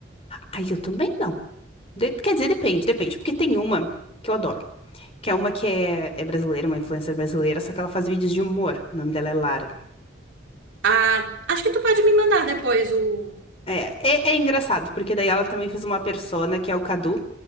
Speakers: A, on the left; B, on the right.
A: Aí eu também não. De- quer dizer, depende, depende, porque tem uma que eu adoro, que é uma que é, é brasileira, uma influencer brasileira, só que ela faz vídeos de humor. O nome dela é Lara.
B: Ah, acho que tu pode me mandar depois o.
A: É, é, é engraçado, porque daí ela também fez uma persona, que é o Cadu,